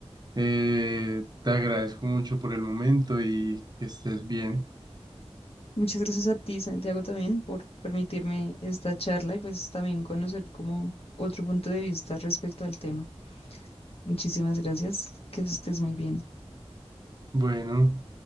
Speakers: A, on the right; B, on the left.
A: Eh, te agradezco mucho por el momento y que estés bien.
B: Muchas gracias a ti, Santiago, también por permitirme esta charla y pues también conocer como otro punto de vista respecto al tema. Muchísimas gracias, que estés muy bien.
A: Bueno,